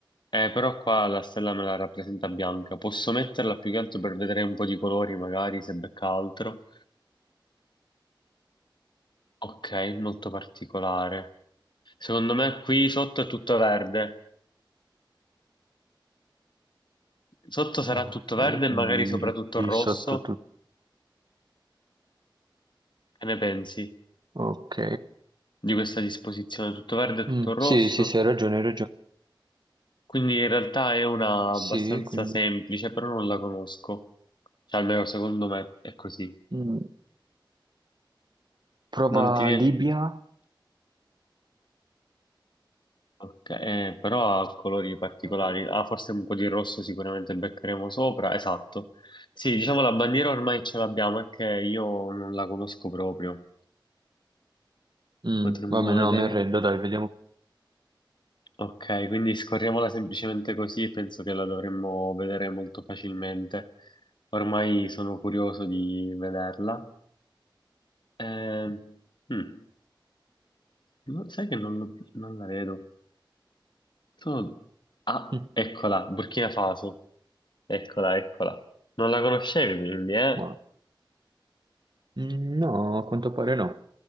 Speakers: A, on the left; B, on the right.
A: Eh, però qua la stella me la rappresenta bianca. Posso metterla più che altro per vedere un po' di colori, magari, se becca altro. Ok, molto particolare. Secondo me qui sotto è tutto verde. Sotto sarà
B: Ok,
A: tutto verde
B: quindi
A: e magari soprattutto
B: lì
A: rosso.
B: sotto tutto.
A: Che ne pensi?
B: Ok.
A: di questa disposizione, tutto verde e tutto
B: Mm,
A: rosso,
B: sì, sì, sì, hai ragione, hai ragione.
A: quindi in realtà è una
B: Sì,
A: abbastanza
B: quindi
A: semplice, però non la conosco, cioè almeno secondo me è così.
B: mm, prova
A: Non ti viene...
B: Libia.
A: Ok, eh, però ha colori particolari,
B: Vabbè.
A: ah forse un po' di rosso sicuramente beccheremo sopra, esatto. Sì, diciamo la bandiera ormai ce l'abbiamo, è che io non la conosco proprio,
B: Mm,
A: potremmo
B: vabbè, no,
A: vedere...
B: mi arrendo, dai, vediamo.
A: Ok, quindi scorriamola semplicemente così e penso che la dovremmo vedere molto facilmente. Ormai sono curioso di vederla. Eh, mm, no, sai che non, non la vedo. Sono- Ah,
B: Mm,
A: eccola, Burkina Faso. Eccola, eccola. Non la conoscevi quindi, eh?
B: ma- mm, no, a quanto pare no.